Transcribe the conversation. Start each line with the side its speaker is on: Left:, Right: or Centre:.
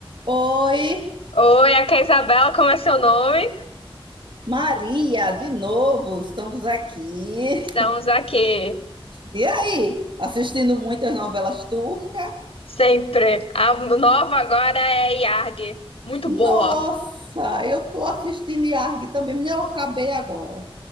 Right: Oi,
Left: Oi, aqui é a Isabela, como é seu nome?
Right: Maria, de novo, estamos aqui.
Left: Estamos aqui
Right: E aí, assistindo muitas novelas turcas?
Left: sempre. A nova agora é Iarg, muito
Right: Nossa,
Left: boa.
Right: eu tô assistindo Yarg também, nem eu acabei agora.